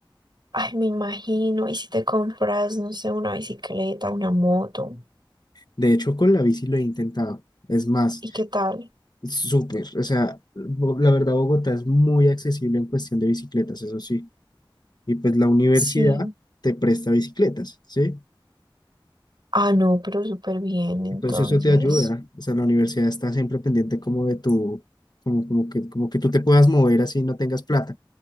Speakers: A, on the right; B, on the left.
A: Ay, me imagino. ¿Y si te compras, no sé, una bicicleta, una moto?
B: De hecho, con la bici lo he intentado. Es más,
A: ¿Y qué tal?
B: súper. O sea, Bo- la verdad, Bogotá es muy accesible en cuestión de bicicletas, eso sí. Y pues la universidad
A: Sí.
B: te presta bicicletas, ¿sí?
A: Ah, no, pero súper bien, entonces.
B: Entonces eso te ayuda. O sea, la universidad está siempre pendiente como de tu, como, como que, como que tú te puedas mover así y no tengas plata.